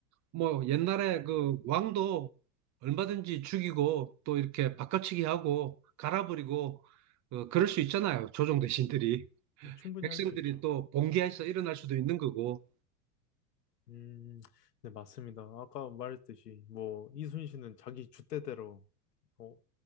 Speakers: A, on the right; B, on the left.
A: 뭐 옛날에 그 왕도 얼마든지 죽이고 또 이렇게 바꿔치기 하고 갈아버리고 어, 그럴 수 있잖아요. 조정 대신들이
B: 네, 충분히
A: 백성들이
B: 할 수 있죠.
A: 또 봉기해서 일어날 수도 있는 거고
B: 음, 네, 맞습니다. 아까 말했듯이, 뭐, 이순신은 자기 줏대대로, 어,